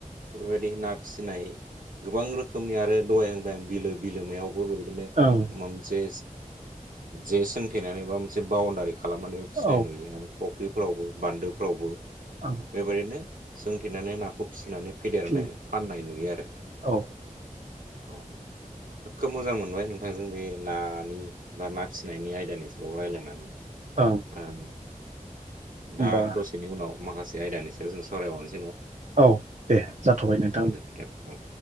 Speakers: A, on the right (about 75°); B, on the right (about 55°).
A: बेबादि ना फिसिनाय गोबां रोखोमनि आरो दहाय होनबाय आं बिलो बिलोमायाव- बो बेबादिनो माबा
B: ओं
A: मोनसे जे सोंथेनानै बा मोनसे बउन्दारि खालामनानैबो फिसिनाय
B: औ
A: नुयो आरो फख्रिफ्रावबो बान्दोफ्रावबो
B: ओं
A: बेबायदिनो सोंथेनानै नाखौ फिसिनानै फेदेरनाय
B: फिन
A: फाननाय नुयो आरो
B: औ
A: औ खोब मोजां मोनबाय नोंथांजों बे नानि बा ना फिसिनायनि आयदानि सायाव रायलायनानै।
B: ओं।
A: आं
B: होमबा
A: दा दसेनि उनाव माखासे आयदानि सायाव जों सावराय बावनस
B: औ दे जाथ'बाय नों
A: गोजोननाय थाबाय औ।